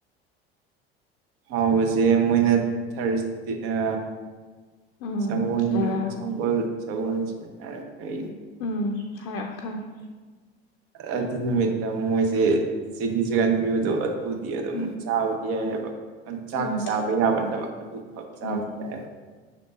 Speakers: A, on the right; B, on the left.
A: ꯍꯥꯎꯕꯁꯦ ꯃꯣꯏꯅ ꯊꯔꯁ ꯗꯤ ꯑ
B: ꯎꯝ
A: ꯁꯒꯣꯟ
B: ꯍꯥꯏꯔꯣ ꯍꯥꯏꯔꯣ
A: ꯁꯒꯣꯜ ꯁꯒꯣꯜꯁꯦꯟ ꯍꯥꯢꯔ ꯀꯩ
B: ꯎꯝ ꯍꯥꯏꯔꯛꯑꯣ ꯈꯪꯉꯦ
A: ꯑꯗꯨ ꯅꯨꯃꯤꯠꯇ ꯃꯣꯏꯁꯦ <unintelligible> ꯄꯤꯕꯗꯣ ꯑꯗꯨꯗꯤ ꯑꯗꯨꯝ
B: ꯎꯝ
A: ꯆꯥꯕ ꯌꯥꯏꯌꯦꯕ ꯆꯥꯛꯀ
B: ꯎꯝ
A: ꯆꯥꯕ ꯌꯥꯕ ꯅꯠꯇꯕ ꯑꯗꯨꯈꯛ ꯆꯥꯕꯗꯤ
B: ꯎꯝ
A: ꯌꯥꯏꯌꯦꯕ